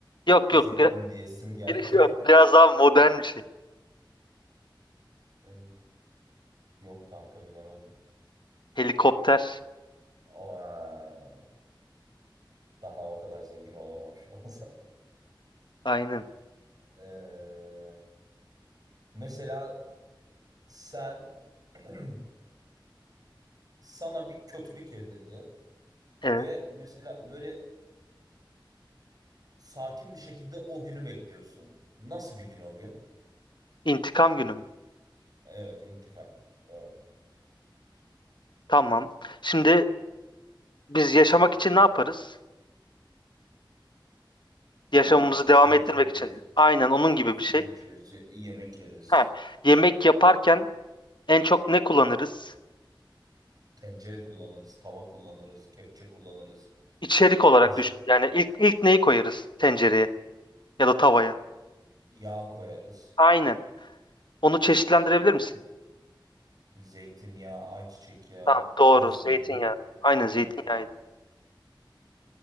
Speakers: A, on the left (about 65°); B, on the right (about 50°).
A: Yok
B: Zeppelin
A: yok bir,
B: diye isim geldi
A: bir- yok.
B: ya.
A: Biraz
B: <laughs>
A: daha modern bir şey.
B: Ee, yok kanka bilemedim.
A: Helikopter.
B: Ama daha o kadar zengin olamamışım o zaman. <laughs>
A: Aynen.
B: Ee, mesela sen <clears throat> sana bir kötülük edildi
A: Evet.
B: ve mesela böyle sakin bir şekilde o günü bekliyorsun. Nasıl bir gün o gün?
A: İntikam günü mü?
B: Evet, intikam. Doğru.
A: Tamam. Şimdi biz yaşamak için ne yaparız?
B: Yani
A: Yaşamımızı
B: su
A: devam
B: içeriz,
A: ettirmek için. Aynen onun gibi
B: su
A: bir şey.
B: içeriz, yemek yeriz,
A: Ha, yemek yaparken en çok ne kullanırız?
B: tencere kullanırız, tava kullanırız, kepçe kullanırız,
A: İçerik olarak
B: kaşık
A: düşün. Yani ilk ilk neyi koyarız tencereye ya da tavaya?
B: yağ koyarız.
A: Aynen. Onu çeşitlendirebilir misin?
B: Zeytinyağı, ayçiçek yağı
A: Tamam, doğru.
B: tarzında
A: Zeytinyağı.
B: mı?
A: Aynen
B: Zeytinyağı.
A: zeytinyağıydı.